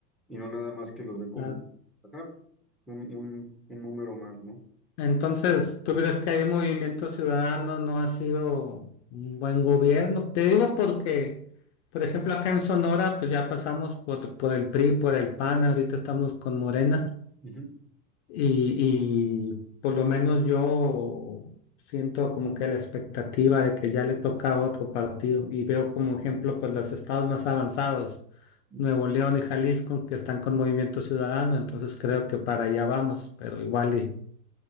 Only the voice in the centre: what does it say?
y no nada más que los ve como,
ajá, un, un, un número más, ¿no?
Ujú,
ujú.